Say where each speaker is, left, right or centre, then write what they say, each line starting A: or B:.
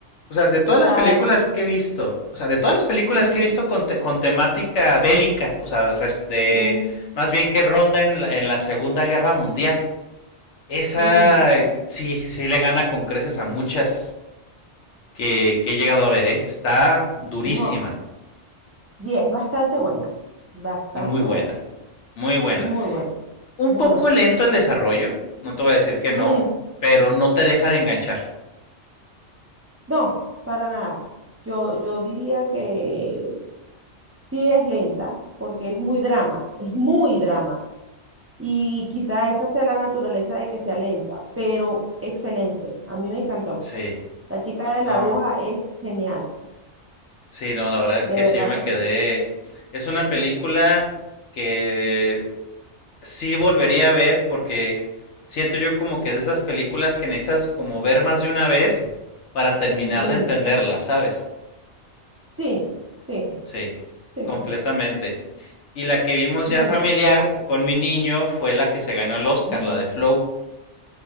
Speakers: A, on the left; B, on the right.
A: O sea, de todas
B: sea,
A: las películas
B: esa,
A: que he visto, o sea, de todas las películas
B: mm,
A: que he visto con, te- con temática bélica, o sea, res- de
B: mm,
A: más bien que ronda en la, en la Segunda Guerra Mundial, esa
B: mm,
A: eh, sí, sí le gana con creces a muchas. que, que he llegado a ver, ¿eh? Está durísima
B: no, y es bastante buena, bastante
A: y muy buena.
B: buena,
A: Muy buena.
B: muy buena,
A: Un
B: muy
A: poco
B: buena.
A: lento el desarrollo, no te voy a decir que no,
B: Mm.
A: pero no te deja de enganchar.
B: No, para nada. Yo, yo diría que sí es lenta, porque es muy drama, es muy drama. Y quizá esa sea la naturaleza de que sea lenta, pero excelente. A mí me encantó.
A: Sí,
B: La chica de
A: no,
B: la aguja es genial,
A: sí, no, la verdad es
B: de
A: que
B: verdad
A: sí, yo me
B: que
A: quedé.
B: sí.
A: Es una película que sí volvería a ver porque siento yo como que es de esas películas que necesitas como ver más de una vez para terminar
B: Mm,
A: de entenderla, ¿sabes?
B: sí, sí,
A: Sí,
B: sí,
A: completamente.
B: sí, sí.
A: Y la que vimos
B: No,
A: ya
B: no.
A: familiar con mi niño fue la que se ganó el Oscar,
B: mm.
A: la de Flow.